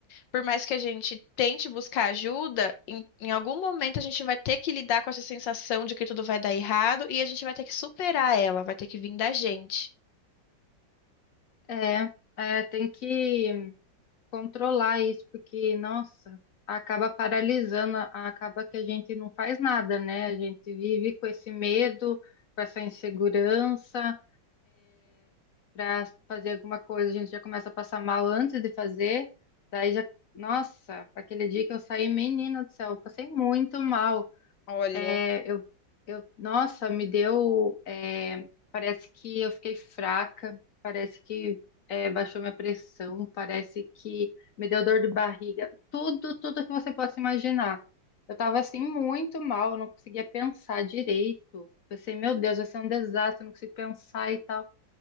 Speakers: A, on the left (about 75°); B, on the left (about 50°).
A: por mais que a gente tente buscar ajuda, em, em algum momento a gente vai ter que lidar com essa sensação de que tudo vai dar errado e a gente vai ter que superar ela, vai ter que vir da gente.
B: É, é, tem que controlar isso, porque, nossa, acaba paralisando, a- acaba que a gente não faz nada, né? A gente vive com esse medo, com essa insegurança, para fazer alguma coisa, a gente já começa a passar mal antes de fazer, daí já, nossa, aquele dia que eu saí, menina do céu, eu passei muito mal.
A: Olha.
B: É, eu, eu, nossa, me deu. é, parece que eu fiquei fraca, parece que é, baixou minha pressão, parece que me deu dor de barriga, tudo, tudo que você possa imaginar. Eu tava assim muito mal, eu não conseguia pensar direito. Pensei, meu Deus, vai ser um desastre, eu não consigo pensar e tal.